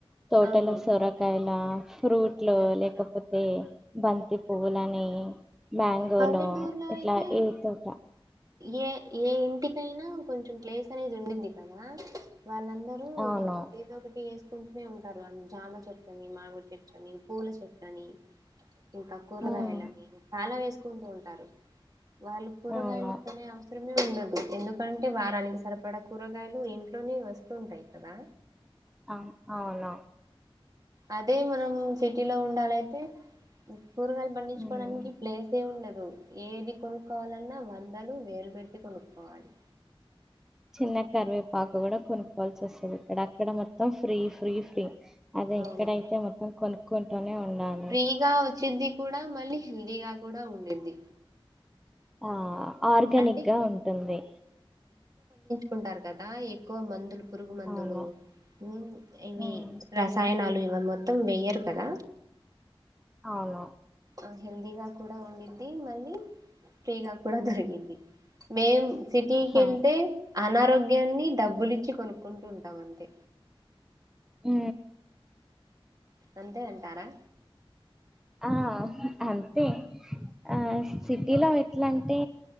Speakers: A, in the centre; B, on the right.
A: తోటలో
B: అవును
A: సొర కాయల ఫ్రూట్లు లేకపోతే బంతి పువ్వులని మ్యాంగోలో
B: పల్లెటూరులో
A: ఇట్లా
B: అయితే
A: ఏ తుట
B: ఏ ఏ ఇంటికైనా కొంచెం ప్లేస్ అనేది ఉండింది కదా వాళ్ళందరూ
A: అవును
B: ఎదో ఒకటి వేసుకుంటూనే ఉంటారు. అని జామ చెట్టు అని మామిడి చెట్టు అని పూల చెట్టు అని ఇంకా కూరగాయలని
A: ఉమ్
B: చాలా వేసుకుంటూ ఉంటారు. వాళ్ళు కూరగాయలు
A: అవును
B: కొనే అవస శ్రమే ఉండదు ఎందుకంటే వారానికి సరిపడా కూరగాయలు ఇంట్లోనే వస్తూ ఉంటాయి కదా
A: అమ్ అవును
B: అదే మనం సిటీలో ఉండాలయితే కూరగాయలు పండించుకోవడానికి
A: ఉమ్
B: ప్లేస్ ఏ ఉండదు. ఏది కొనుక్కోవాలన్నా వందలు వేలు పెట్టి కొనుక్కోవాలి
A: చిన్న కరివేపాకు కూడా కొనుక్కోవాల్సి వస్తుంది. ఇక్కడ అక్కడ మొత్తం ఫ్రీ ఫ్రీ ఫ్రీ అదే
B: అవును
A: ఇక్కడైతే మొత్తం కొనుక్కుంటూనే ఉండాలి.
B: ఫ్రీగా వచ్చిది కూడా మళ్ళీ హెల్దీగా కూడా ఉండిద్ది.
A: ఆ ఆర్గానిక్
B: అంటే
A: గా ఉంటుంది.
B: కుంటారు కదా ఎక్కువ మందులు పురుగు మందులు
A: అవును
B: మ్ ఇవి
A: ఉమ్
B: రసాయనాలు ఇవి మొత్తం వేయ్యరు కదా.
A: అవును
B: ఆ హెల్దీగా కూడా ఉండిద్ది. మళ్ళీ ఫ్రీగా కూడా దొరికిద్ది. మేం సిటీకి
A: హా
B: వెళ్తే అనారోగ్యాన్ని డబ్బులిచ్చి కొనుక్కుంటు ఉంటాం అంతే.
A: ఉ
B: అంతే అంటారా.
A: ఆ అంతే. ఆ సిటీలో ఎట్లాంటే.